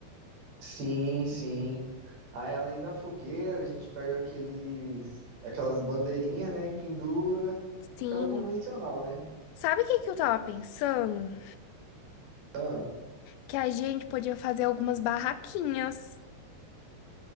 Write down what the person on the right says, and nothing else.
Sim, sim. Aí, além da fogueira, a gente pega aqueles, aquelas bandeirinhas, né, e pendura,
que é o convencional, né?
Ah,